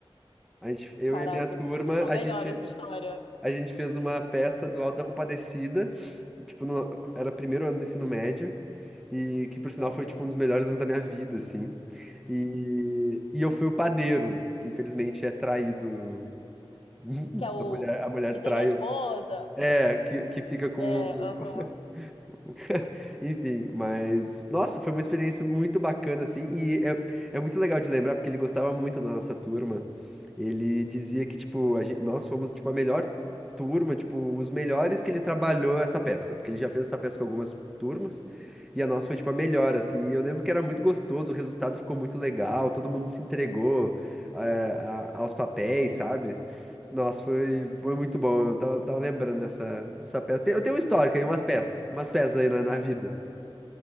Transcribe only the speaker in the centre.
A gente, eu
e a minha turma,
a
gente,
a gente fez uma peça do Alto da Compadecida, tipo, no- era o primeiro ano do ensino médio, e que por sinal
foi tipo um dos melhores anos da minha vida, assim. E, e eu fui o padeiro, que infelizmente é traído. <laughs>
A mulher, a mulher
trai
o- É, que, que fica com
o. <laughs> Enfim, mas nossa, foi uma experiência muito bacana assim, e é, é muito legal de lembrar porque ele gostava muito da nossa turma. Ele dizia que tipo, a gente, nós fomos tipo a melhor turma, tipo, os melhores que ele trabalhou essa peça, porque ele já fez essa peça com algumas turmas. E a nossa foi tipo a melhor, assim. E eu lembro que era muito gostoso, o resultado ficou muito legal, todo mundo se entregou eh, a- aos papéis, sabe? Nossa, foi, foi muito bom. Eu tava, tava lembrando dessa, dessa peça. Tem- Eu tenho uma histórico aí, umas peças. Umas peças aí na, na
vida.